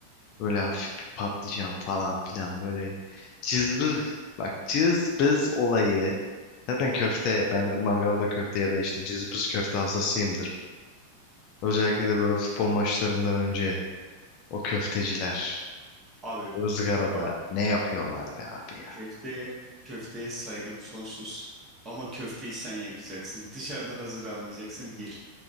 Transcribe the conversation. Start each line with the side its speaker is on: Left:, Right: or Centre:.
Left: böyle hafif bir patlıcan falan filan böyle cızbız. Bak cızbız olayı. Zaten köfte ben mangalda köfte ya da işte cızbız köfte hastasıyımdır. Özellikle de böyle futbol maçlarından önce o köfteciler
Right: Abi
Left: o ızgarada
Right: bak
Left: ne yapıyorlar be abi ya.
Right: köfteye köfteye saygım sonsuz. Ama köfteyi sen yapacaksın. Dışarıda hazır almayacaksın bir.